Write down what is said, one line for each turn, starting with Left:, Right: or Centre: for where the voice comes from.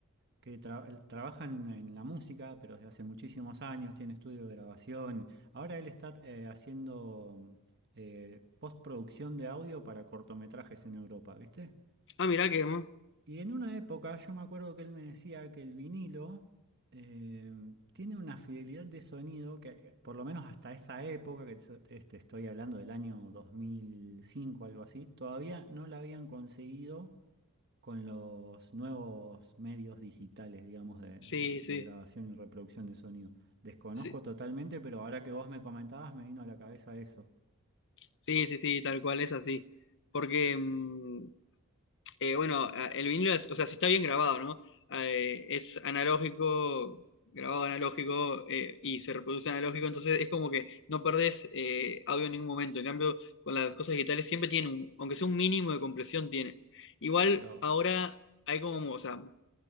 Right: que tra- él trabaja en, en la música, pero desde hace muchísimos años, tiene estudio de grabación. Ahora él está eh, haciendo eh, postproducción de audio para cortometrajes en Europa, ¿viste?
Left: Ah, mirá que, ¿no?
Right: Y en una época yo me acuerdo que él me decía que el vinilo eh, tiene una fidelidad de sonido que, eh, por lo menos hasta esa época, que so- este, estoy hablando del año dos mil cinco algo así, todavía no la habían conseguido con los nuevos medios digitales, digamos, de,
Left: Sí,
Right: de- de
Left: sí,
Right: grabación y reproducción de sonido. Desconozco
Left: sí.
Right: totalmente, pero ahora que vos me comentabas, me vino a la cabeza eso.
Left: Sí, sí, sí, tal cual es así. Porque mm, Eh, bueno, a- el vinilo es, o sea, si está bien grabado, ¿no? Ah, Eh, es analógico, grabado analógico eh, y se reproduce analógico, entonces es como que no perdés eh, audio en ningún momento. En cambio, con las cosas digitales siempre tienen un, aunque sea un mínimo de compresión, tiene. Igual
Right: Mirá vos.
Left: ahora hay como, o sea,